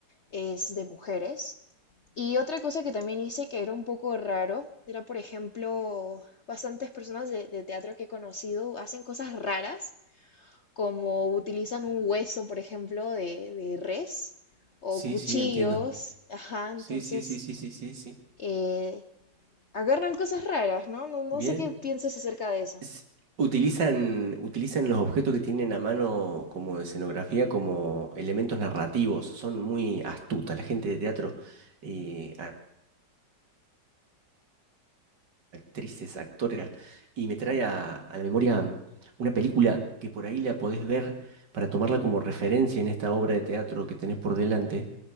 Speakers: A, on the left; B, on the right.
A: es de mujeres. Y otra cosa que también hice que era un poco raro, era por ejemplo, bastantes personas de, de teatro que he conocido hacen cosas raras, como utilizan un hueso, por ejemplo, de, de res o
B: Sí,
A: cuchillos,
B: sí, entiendo.
A: ajá, entonces
B: Sí, sí, sí, sí, sí, sí, sí.
A: eh, agarran cosas raras, ¿no? ¿no? No
B: Bien.
A: sé qué piensas acerca de eso.
B: s- Utilizan, utilizan los objetos que tienen a mano como escenografía, como elementos narrativos. Son muy astutas la gente de teatro, eh, a- actrices, actores. Y me trae a, a la memoria una película que por ahí la podés ver para tomarla como referencia en esta obra de teatro que tenés por delante,